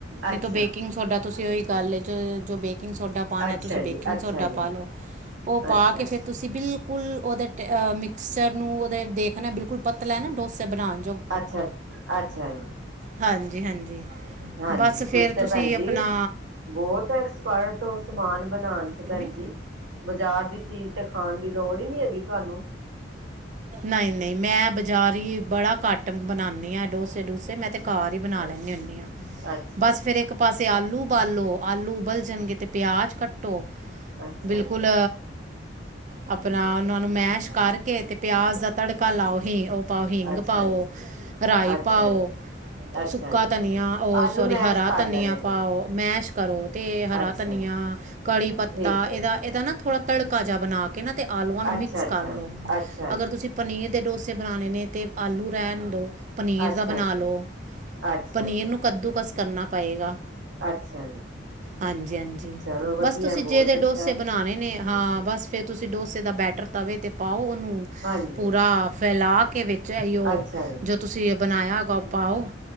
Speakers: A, on the right (about 40°); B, on the right (about 70°).
A: ਨਹੀਂ
B: ਅੱਛਾ
A: ਤੇ ਬੇਕਿੰਗ ਸੋਡਾ ਤੁਸੀ ਉਹੀ ਗੱਲ ਏ ਜੇ। ਜੋ ਬੇਕ ਕਿੰਗ ਸੋਡਾ ਪਾਉਨਾ
B: ਅੱਛਾ
A: ਏ, ਤੁਸੀ ਬੇਕਿੰਗ
B: ਜੀ ਅੱਛਾ
A: ਸੋਡਾ
B: ਜੀ
A: ਪਾ ਲਉ। ਉਹ ਪਾ
B: ਅੱਛਾ
A: ਕੇ ਫਿਰ
B: ਜੀ
A: ਤੁਸੀ ਬਿਲਕੁਲ ਉਹਦੇ ਟ ਆਹ, ਮਿਕਸਚਰ ਨੂੰ ਉਹਦੇ ਦੇਖਨਾ ਏ ਬਿਲਕੁਲ ਪਤਲਾ ਏ ਨਾ। ਡੋਸੇ ਬਨਾਉਨ
B: ਅੱਛਾ ਅੱਛਾ। ਜੀ
A: ਹਾਂਜੀ-ਹਾਂਜੀ
B: ਹਾਂਜੀ
A: ਬਸ ਫਿਰ
B: ਤੁਸੀਂ ਤੇ
A: ਤੁਸੀ
B: ਭੈਣ ਜੀ
A: ਆਪਨਾ
B: ਬਹੁਤ ਐਕਸਪਰਟ ਉ ਸਮਾਨ ਬਨਾਉਨ ਚ
A: ਕਿੰਨੇ
B: ਭੈਨ ਜੀ। ਬਜਾਰ ਦੀ ਚੀਜ ਤੇ ਖਾਣ ਦੀ ਲੋੜ ਹੀ ਨੀ ਹੈਗੀ ਤੁਹਾਨੂੰ।
A: ਨਹੀਂ-ਨਹੀਂ, ਮੈਂ ਬਜਾਰੀ ਬੜਾ ਘੱਟ ਬਨਾਉਨੀਂ ਆਂ ਇਹ ਡੋਸੇ ਡੂਸੇ। ਮੈਂ ਤੇ ਘਰ ਹੀ ਬਨਾ ਲੈਨੀਂ
B: ਅੱਛਾ
A: ਹੁੰਨੀਂ ਹਾਂ,
B: ਅੱਛਾ
A: ਬਸ
B: ਜੀ
A: ਫਿਰ ਇੱਕ ਪਾਸੇ ਆਲੂ ਉਬਾਲੋ, ਆਲੂ ਉਬਲ ਜਾਨਗੇ ਤੇ ਪਿਆਜ ਕੱਟੋ।
B: ਅੱਛਾ
A: ਬਿਲਕੁਲ
B: ਜੀ
A: ਆਪਨਾ ਉਹਨਾਂ ਨੂੰ ਮੈਸ਼ ਕਰਕੇ। ਤੇ ਪਿਆਜ ਦਾ ਤੜਕਾ ਲਾਓ। ਹੀਂ ਉਹ ਪਾਓ ਹੀਂਗ
B: ਅੱਛਾ
A: ਪਾਓ,
B: ਜੀ
A: ਰਾਈ
B: ਅੱਛਾ
A: ਪਾਓ।
B: ਜੀ ਅੱਛਾ
A: ਸੁੱਕਾ
B: ਜੀ
A: ਧਨੀਆ ਓਹ
B: ਆਲੂ
A: ਸੋਰੀ,
B: ਮੈਸ਼
A: ਹਰਾ
B: ਕਰ
A: ਧਨੀਆ
B: ਲੈਣੇ ਨੇ
A: ਪਾਓ। ਮੈਸ਼ ਕਰੋ ਤੇ ਹਰਾ
B: ਅੱਛਾ
A: ਧਨੀਆ।
B: ਜੀ
A: ਆ ਕੜੀ ਪੱਤਾ
B: ਠੀਕ ਹੈ
A: ਇਹਦਾ-ਇਹਦਾ ਨਾਂ ਥੋੜਾ ਤੜਕਾ ਜਿਹਾ ਬਨਾ ਕੇ ਨਾ, ਤੇ ਆਲੂਆਂ ਨੂੰ
B: ਅੱਛਾ
A: ਮਿਕਸ
B: ਅੱਛਾ
A: ਕਰ ਲਉ।
B: ਅੱਛਾ ਜੀ
A: ਜੇ ਪਨੀਰ ਦੇ ਡੋਸੇ ਬਣਾਉਣੇ ਨੇਂ, ਤੇ ਆਲੂ ਰਹਿਨ ਦਿਉ। ਪਨੀਰ
B: ਅੱਛਾ
A: ਦਾ ਬਨਾ
B: ਅੱਛਾ
A: ਲਓ।
B: ਅੱਛਾ
A: ਪਨੀਰ
B: ਜੀ
A: ਨੂੰ ਕੱਦੂ ਕਸ ਕਰਨਾ ਪਏਗਾ।
B: ਅੱਛਾ ਜੀ!
A: ਹਾਂਜੀ-ਹਾਂਜੀ,
B: ਚਲੋ ਵਧੀਆ
A: ਬਸ ਤੁਸੀ
B: ਬਹੁਤ
A: ਜਿਹਦੇ
B: ਅੱਛਾ
A: ਡੋਸੇ ਬਣਾਉਨੇ ਨੇਂ, ਹਾਂ ਬਸ ਫਿਰ ਤੁਸੀ ਡੋਸੇ ਦਾ ਬੈਟਰ ਤਵੇ ਤੇ ਪਾਓ ਉਹਨੂੰ
B: ਹਾਂਜੀ
A: ਪੂਰਾ ਫੈਲਾ ਕੇ ਵਿੱਚ ਇਹੀਓ
B: ਅੱਛਾ ਜੀ
A: ਜੋ ਤੁਸੀ ਇਹ ਬਨਾਇਆ ਹੋਏਗਾ ਉਹ ਪਾਓ